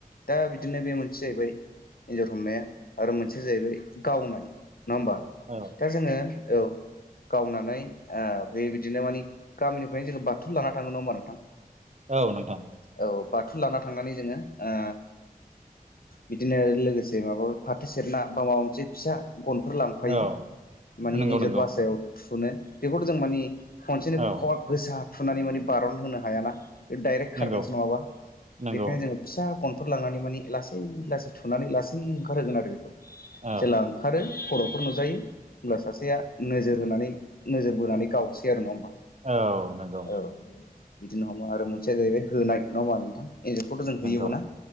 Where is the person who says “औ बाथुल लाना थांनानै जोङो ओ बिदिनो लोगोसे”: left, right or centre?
Left